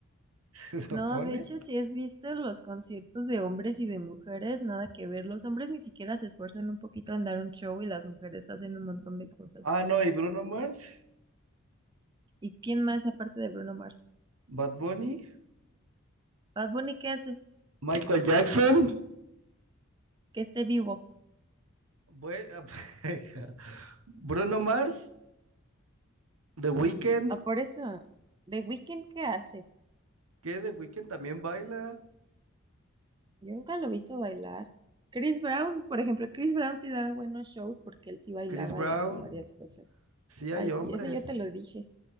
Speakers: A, on the right (about 85°); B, on the right (about 20°).
A: <laughs> Se supone.
B: No, de hecho, si has visto los conciertos de hombres y de mujeres, nada que ver. Los hombres ni siquiera se esfuerzan un poquito en dar un show y las mujeres hacen un montón de cosas.
A: Ah, no, y Bruno Mars,
B: ¿Y quién más aparte de Bruno Mars?
A: Bad Bunny,
B: Bad Bunny, ¿qué hace?
A: Michael Jackson,
B: Que esté vivo.
A: bue- <laughs> Bruno Mars, The Weeknd,
B: Ah, por eso. ¿The Weeknd qué hace?
A: que The Weeknd también baila,
B: Yo nunca lo he visto bailar. Chris Brown, por ejemplo, Chris Brown sí daba buenos shows porque él sí bailaba
A: Chris Brown.
B: y hacía varias cosas.
A: Sí
B: Ay,
A: hay
B: sí,
A: hombres,
B: ese yo te lo dije.